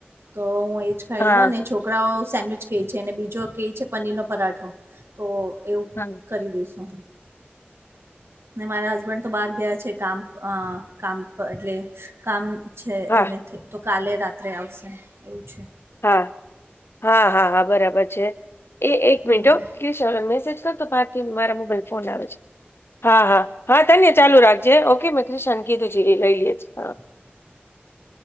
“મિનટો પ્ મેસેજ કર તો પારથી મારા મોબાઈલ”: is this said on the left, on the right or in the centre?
Left